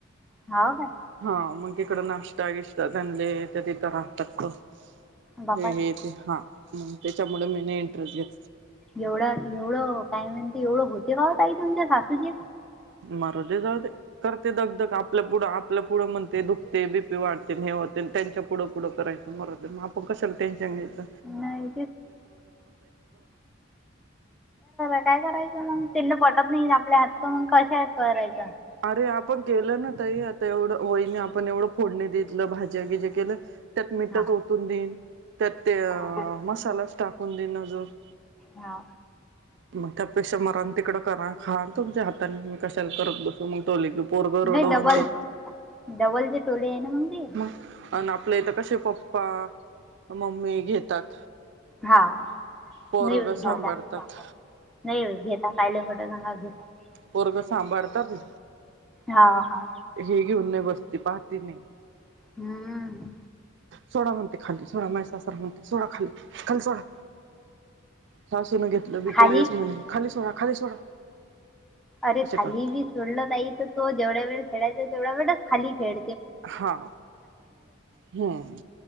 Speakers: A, in the centre; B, on the right.
A: हाव काय
B: हा मग इकड नाष्टा चांगले आहेत. तत <inaudible>
A: बापा
B: हे
A: रे
B: हे ते का मग त्याच्यामुळे मी न घच <inaudible>
A: एवढं एवढं काय म्हणते एवढं होते का ताई तुमच्या सासूचे?
B: मरू दे जाऊ दे. करते दगधग आपल्या पुढं आपल्या पुढं म्हणते दुखते बीपी वाढते हे होते त्यांच्या पुढं पुढं करायचं मरतेग कसल टेनशन घेत.
A: बरर काय करायचं मग? नाही आपल्या हात मग कशा करायच?
B: अरे आपण केलं ना तई, आता एवढं होईने आपण एवढं फोडणी देतलं भाज्यागीज्या केलं त्यात मीठच
A: हा
B: ओतून देईन त्यात ते अ
A: हा
B: मसालाच टाकून देइनं अजून -
A: हा.
B: मग त्यापेक्षा मरा ना तिकडं. करा आणि खा ना तुमच्या हातानी. मी कशाला करत बसू? <unintelligible>
A: नाही
B: रडवून
A: डबल
B: करू
A: -डबल जे टोले आहे ना. ते
B: म आणि आपलं इथ कसे? - पप्पा -मम्मी घेतात.
A: हा
B: पोरग
A: -नाही व घेता.
B: सांभाळतात
A: नाही व घेता. <unintelligible>
B: पोरग सांभाळता बी.
A: हां हा.
B: हे घेऊन नाही बसते. पाहते नाही,
A: हम्म
B: सोडा म्हणते खाली सोडा मा सासरा म्हणते. सोडा खाली, खाली सोडा सासूनं घेतलं भितर
A: खाली
B: लगेच म्हणे, खाली सोडा खाली सोडा
A: अरे
B: असे
A: खाली
B: करत
A: बी सोडल बाई तर तो जेवढ्या वेळ खेळायचं तेवढा वेळच खाली खेळ
B: हा. हम्.